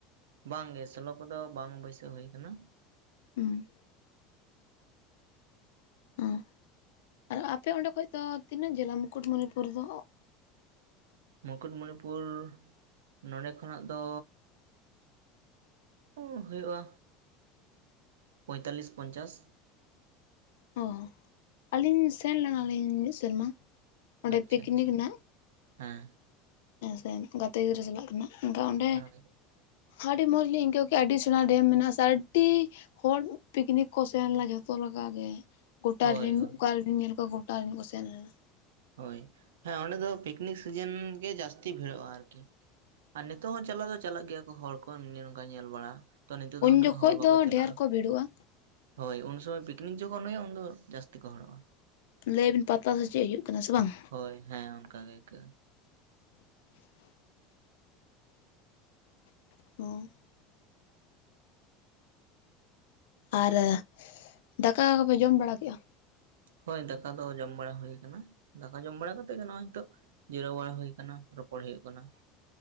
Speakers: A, on the right; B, on the left.
A: ᱵᱟᱝ ᱜᱮ ᱥᱞᱳ ᱠᱚᱫᱚ ᱵᱟᱝ ᱵᱟᱹᱭᱥᱟᱹᱣ ᱦᱩᱭ ᱟᱠᱟᱱᱟ᱾
B: ᱦᱩᱸ ᱦᱚᱸ ᱟᱨ ᱟᱯᱮ ᱚᱸᱰᱮ ᱠᱷᱚᱡ ᱫᱚ ᱛᱤᱱᱟᱹᱜ ᱡᱷᱟᱹᱞ-ᱟ ᱢᱩᱠᱩᱴᱢᱩᱱᱤᱯᱩᱨ ᱫᱚ?
A: ᱢᱩᱠᱩᱴᱢᱩᱱᱤᱯᱩᱨ ᱱᱚᱰᱮ ᱠᱷᱚᱱᱟᱜ ᱫᱚ ᱚ ᱦᱩᱭᱩᱜᱼᱟ ᱯᱚᱸᱭᱛᱟᱞᱞᱤᱥ ᱯᱚᱧᱪᱟᱥ
B: ᱚ ᱟᱹᱞᱤᱧ ᱥᱮᱱ ᱞᱮᱱᱟᱞᱤᱧ ᱢᱤᱫ ᱥᱮᱨᱢᱟ ᱚᱸᱰᱮ
A: ᱟᱪᱪᱷᱟ
B: ᱯᱤᱠᱱᱤᱠ
A: ᱟᱪᱪᱷᱟ
B: ᱱᱟᱦᱟᱜ
A: ᱦᱮᱸ
B: ᱦᱮᱸ ᱥᱮ ᱜᱟᱛᱮ ᱜᱤᱫᱽᱨᱟᱹ ᱥᱟᱞᱟᱜ ᱠᱟᱱᱟ ᱮᱱᱠᱷᱟᱱ ᱚᱸᱰᱮ
A: ᱦᱳᱭ
B: ᱟᱹᱰᱤ ᱢᱚᱸᱡᱽᱞᱤᱧ ᱟᱹᱭᱠᱟᱹᱣ ᱠᱮᱫ ᱟᱹᱰᱤ ᱥᱚᱱᱟ ᱰᱮᱢ ᱢᱮᱱᱟᱜᱼᱟ ᱥᱮ ᱟᱹᱰᱤ ᱦᱚᱲ ᱯᱤᱠᱱᱤᱠ ᱠᱚ ᱥᱮᱱᱞᱮᱱᱟ ᱡᱷᱚᱛᱚ ᱞᱮᱠᱟ ᱜᱮ᱾ ᱜᱚᱴᱟ
A: ᱦᱳᱭ
B: ᱨᱮᱱ
A: ᱦᱳᱭ
B: ᱚᱠᱟ ᱨᱮᱵᱮᱱ ᱧᱮᱞ ᱠᱚᱣᱟ ᱜᱚᱴᱟ ᱨᱮᱱ ᱠᱚ ᱥᱮᱱ ᱞᱮᱱᱟ᱾
A: ᱦᱳᱭ ᱦᱮᱸ ᱚᱸᱰᱮ ᱫᱚ ᱯᱤᱠᱱᱤᱠ ᱥᱤᱡᱮᱱ ᱜᱮ ᱡᱟᱹᱥᱛᱤ ᱵᱷᱤᱲᱚᱜᱼᱟ ᱟᱨᱠᱤ᱾ ᱟᱨ ᱱᱤᱛᱚᱜ ᱦᱚᱸ ᱪᱟᱞᱟᱣ ᱫᱚ ᱪᱟᱞᱟᱜ ᱜᱮᱭᱟ ᱠᱚ ᱦᱚᱲ ᱠᱚ ᱮᱢᱱᱤ ᱱᱚᱝᱠᱟ ᱧᱮᱞ ᱵᱟᱲᱟ᱾ ᱛᱚ ᱱᱤᱛᱚᱜ ᱫᱚ
B: ᱩᱱ
A: ᱩᱱᱟᱹᱜ
B: ᱡᱚᱠᱷᱚᱡ
A: ᱦᱚᱲ ᱵᱟᱠᱚ
B: ᱫᱚ
A: ᱪᱟᱞᱟᱜᱼᱟ᱾
B: ᱰᱷᱮᱨ ᱠᱚ ᱵᱷᱤᱲᱚᱜᱼᱟ
A: ᱦᱳᱭ ᱩᱱ ᱥᱚᱢᱚᱭ ᱯᱤᱠᱱᱤᱠ ᱡᱚᱠᱷᱚᱱ ᱦᱩᱭᱩᱜ-ᱟ ᱩᱱ ᱫᱚ ᱡᱟᱹᱥᱛᱤ ᱠᱚ ᱦᱚᱲᱚᱜᱼᱟ᱾
B: ᱞᱟᱹᱭᱵᱤᱱ ᱯᱟᱛᱟ ᱥᱮ ᱪᱮᱫ ᱦᱩᱭᱩᱜ ᱠᱟᱱᱟ ᱥᱮ ᱵᱟᱝ?
A: ᱦᱳᱭ ᱦᱮᱸ ᱚᱱᱠᱟ ᱜᱮ ᱟᱹᱭᱠᱟᱹᱜ ᱟ ᱾
B: ᱚ ᱟᱨ ᱫᱟᱠᱟ ᱠᱚᱯᱮ ᱡᱚᱢ ᱵᱟᱲᱟ ᱠᱮᱜ-ᱟ?
A: ᱦᱳᱭ ᱫᱟᱠᱟ ᱫᱚ ᱡᱚᱢ ᱵᱟᱲᱟ ᱦᱩᱭ ᱠᱟᱱᱟ᱾ ᱫᱟᱠᱟ ᱡᱚᱢ ᱵᱟᱲᱟ ᱠᱟᱛᱮᱜ ᱜᱮ ᱱᱚᱜ-ᱚᱭ ᱦᱤᱛᱳᱜ ᱡᱤᱨᱟᱹᱣ ᱵᱟᱲᱟ ᱦᱩᱭ ᱟᱠᱟᱱᱟ ᱨᱚᱯᱚᱲ ᱦᱩᱭᱩᱜ ᱠᱟᱱᱟ᱾